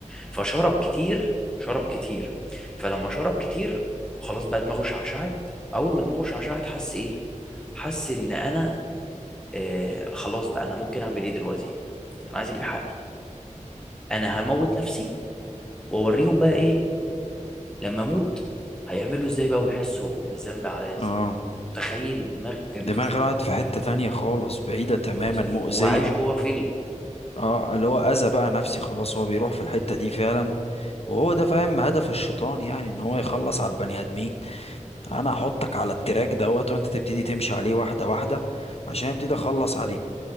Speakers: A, in the centre; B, on the left (about 50°).
A: فشرب كتير شرب كتير فلما شرب كتير خلاص بقى دماغه شعشعت اول ما دماغه شعشعت حس ايه حس ان انا آه خلاص بقى انا ممكن اعمل ايه دلوقتي انا عايز اجيب حقي انا هموت نفسي واوريهم بقى ايه لما اموت هيعملوا ازاي بقى ويحسوا بالذنب عليا ازاي
B: اه
A: متخيل الدماغ جابته
B: دماغ
A: فين
B: راحت في حته تانية خالص بعيده تماما
A: خلاص يا
B: مؤذيه
A: باشا هو عايش جوه فيلم
B: اه اللي هو اذى بقى نفسي خلاص هو بيروح في الحته دي فعلا وهو ده فاهم هدف الشيطان يعني ان هو يخلص على البني ادمين انا احطك على التراك دوت وانت تبتدي تمشي عليه واحده واحده عشان ابتدي اخلص عليك